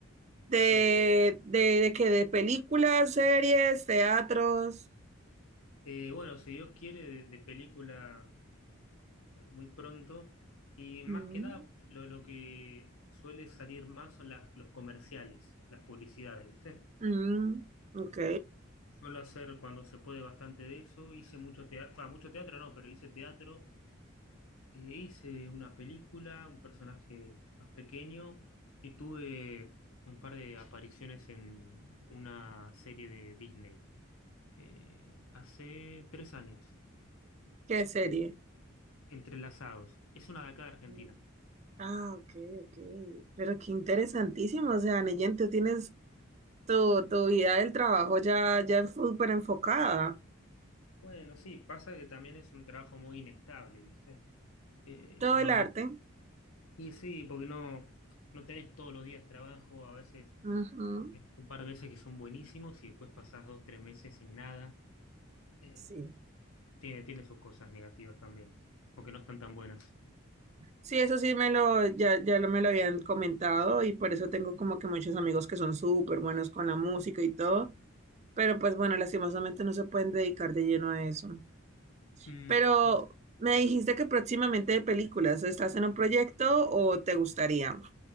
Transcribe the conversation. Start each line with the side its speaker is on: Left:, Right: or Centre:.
Right: de,
Left: soy actor.
Right: de, de que de películas, series, teatros.
Left: Eh, bueno, si Dios quiere, de, de película eh, muy pronto. Y más
Right: Mm,
Left: que nada, lo, lo que suele salir más son las, los comerciales, las publicidades, ¿viste?
Right: mm, ok.
Left: Suelo hacer cuando se puede bastante de eso. Hice mucho teatro, mucho teatro no, pero hice teatro. Eh, hice una película, un personaje más pequeño. Y tuve un par de apariciones en una serie de Disney eh, hace tres años.
Right: ¿Qué serie?
Left: Eh, Entrelazados. Es una de acá de Argentina.
Right: Mm, Ah, ok, ok. Pero qué interesantísimo. O sea, Neyen, tú tienes tu, tu vida del trabajo ya, ya súper enfocada.
Left: Bueno, sí, pasa que también es un trabajo muy inestable, ¿viste? Eh,
Right: Todo
Left: no,
Right: el arte.
Left: no, y sí, porque no, no tenés todos los días trabajo, a veces
Right: Ujú.
Left: un par de meses que son buenísimos y después pasás dos, tres meses sin nada. Eh,
Right: Sí.
Left: tiene, tiene sus cosas negativas también, o que no están tan buenas.
Right: Sí, eso sí me lo, ya, ya lo me lo habían comentado y por eso tengo como que muchos amigos que son súper buenos con la música y todo, pero pues bueno, lastimosamente no se pueden dedicar de lleno a eso.
Left: Mm,
Right: Pero
Left: es-
Right: me dijiste que próximamente de películas, ¿estás en un proyecto o te gustaría?